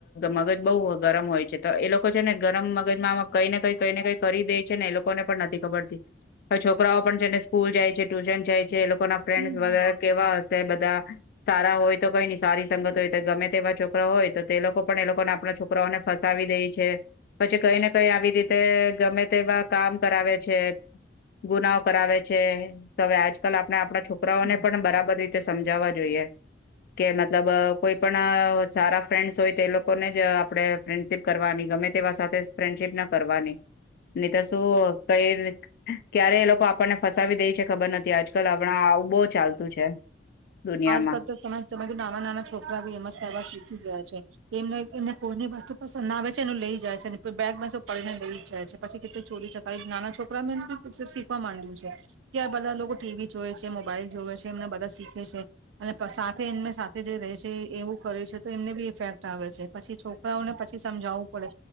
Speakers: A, on the left; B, on the right.
A: મગજ બહુ ગરમ હોય છે તો એ લોકો છે ને ગરમ મગજમાં કઈ ને કઈ કઈ ને કઈ કરી દે છે ને એ લોકોને પણ નથી ખબરતી હ છોકરાઓ પણ છે ને સ્કૂલ જાય છે ટ્યુશન જાય છે જે લોકો ના ફ્રેન્ડ
B: હમ
A: વગેરે કેવા હશે બધા સારા હોય તો કઈ નઈ સારી સંગત હોય તો ગમે તેવા છોકરા હોય તો તે એ લોકો પણ એ લોકોને આપણા છોકરાઓને ફ આવી દઈ છે પછી કઈ ને કઈ આવીી તે ગમે તેવા કામ કરાવે છે ગુનાઓ કરાવે છે તેઆજ આપણે આપણા છોકરાઓને
B: હમ.
A: પણ બરાબર સમજાવવા જોઈએ કે મતલબ કોઈ પણ સારા ફ્રેન્ડસ હોય તો એ લોકોને જ આપણે ફ્રેન્ડશીપ કરવાની ગમે તેવા સાથેજ ફ્રેન્ડશીપ ન કરવાની, નીત શું કઈ રીત ક્યારે એ લોકો આપણને ફસાવી દેય ચ ખબર નથી આજકાલ આપણા આવું બૌજ ચાલતું છે. દુનિયામાં
B: આજકાલ તો તમે તમારૂ નાના નાના છોકરા બી એમજ ખવા શીખી ગયા છે. કે એમને એમને કોઈની વસ્તુ પસંદ ના આવે છે એને લઈ જાય છેને બે-બેગ પાછો પડીને લઈ જાય છે. પછી કે ચોરી ચકાવી નાના છોકરા મે એ શીખવા માંડ્યું છે કે આ બધા લોકો ટીવી જોવે છે મોબાઈલ જોવે છે એમને બધા શીખે છે અને સાથે એમને સાથે જે રહે છે એવું કરે છે તો એમને બી ઇફેક્ટ આવે છે પછી છોકરાઓને પછી સમજાવવું પડે